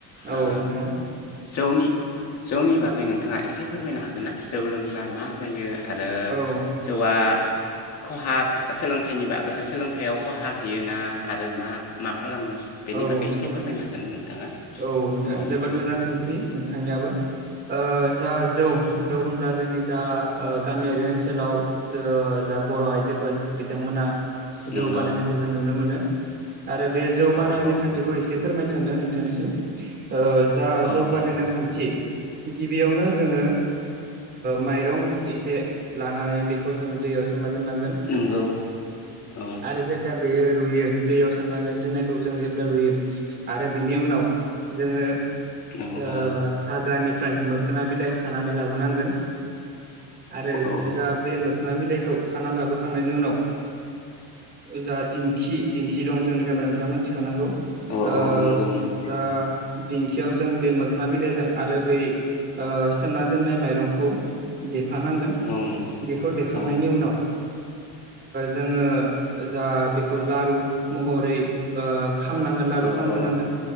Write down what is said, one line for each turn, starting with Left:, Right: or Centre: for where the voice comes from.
Left: ओ
Right: औ नोंथां
Left: जौनि जौनि बागै नोंथाङा इसे फोरमायनो हागोन ना जौ लोंब्ला मा जायो? आरो
Right: औ
Left: जौआ खहा सोलोंथाइनि बागै सोलोंथायाव खहा होयोना आरो मा मा?? खालामो बेनि
Right: औ
Left: बागै
Right: नोंथां
Left: एसे फोरमायनो हागोन ना नोंथाङा
Right: औ नोंथां
Left: औ
Right: जोबोद
Left: औ
Right: मोजां सोंथि नोंथांनियाबो ओ जा जौ
Left: औ औ
Right: जौ होनब्ला जोंनि जा ओ गामियारि ओनसोलाव ज जा बर आइजोफोर बिथांमोना
Left: नंगौ
Right: जौ बानायनायखौ जों नुनो मोनो। आरो बे जौ बानायनि
Left: औ औ
Right: खान्थि खौ इसे फोरमायनो सानदों नोंथांनिसिम ओ जा
Left: औ
Right: जौ बानायनाय
Left: औ
Right: खान्थि गिबियावनो जोङो माइरं इसे लानानै बेखौ जोङो दैयाव सोमना नांगोन
Left: नंगौ औ
Right: आरो जेब्ला बेयो रुयो दैयाव सोंनानै दो खौ जों जेब्ला रुयो आरो बिनि उनाव जोङो
Left: औ
Right: ओ
Left: औ
Right: हाग्रानिफ्राय मो खोना बिलाय खानानै लाबोनांगोन आरो
Left: औ
Right: जा बे मो मोखोना बिलाइखौ खाना लाबोखांनायनि उनाव जा दिंखि दिंखि दं जोंनि गामियाव नोंथां थिखानांगौ
Left: औ
Right: ओ
Left: औ नंगौ नंगौ
Right: जा दिंखियाव जों बे मोखोना बिलाइजों आरो बै सोमना दोननाय माइरंखौ दे थानांगोन
Left: औ नंगौ
Right: बेखौ देखांनायनि
Left: औ
Right: उनाव जोङो जा बेखौ लारु महरै ओ खामनांगोन लारु
Left: औ
Right: खामग्रोनांगोन
Left: औ